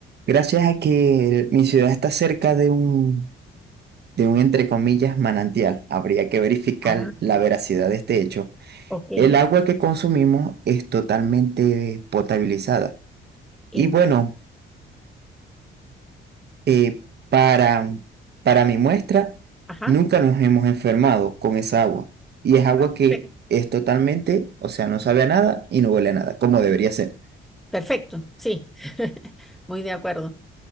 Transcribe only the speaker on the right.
gracias a que el- mi ciudad está cerca de un, de un, entre comillas, manantial, habría que verificar
la veracidad de este hecho.
El agua que consumimos es totalmente potabilizada.
Y bueno, eh, para, para mi muestra,
nunca nos hemos enfermado con esa agua. Y es agua que
es totalmente, o sea, no sabe a nada y no huele a nada, como debería ser.